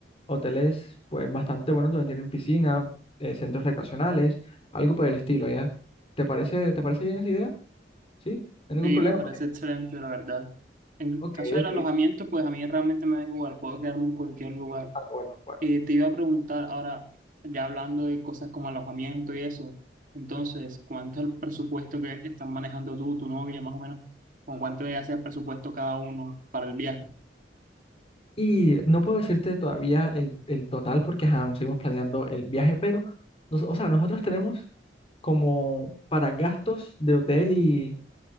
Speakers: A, on the left; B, on the right.
A: hoteles pues bastante buenos donde tienen piscina, eh, centros recreacionales, algo por el estilo, ¿ya? ¿Te parece, te parece bien esa idea? ¿Sí? ¿No hay ningún
B: Sí,
A: problema
B: me parece
A: por eso?
B: excelente, la verdad. En
A: Ok,
B: caso
A: ok.
B: del alojamiento, pues a mí realmente me da igual, puedo quedarme en cualquier lugar.
A: Ah, bueno, bueno.
B: Eh, te iba a preguntar ahora, ya hablando de cosas como alojamiento y eso, entonces, ¿cuánto es el presupuesto que están manejando tú, tu novia, más o menos? ¿Con cuánto ya hace el presupuesto cada uno para el viaje?
A: Y no puedo decirte todavía el, el total porque ajá, aún seguimos planeando el viaje, pero, nos- o sea, nosotros tenemos como para gastos de hotel y,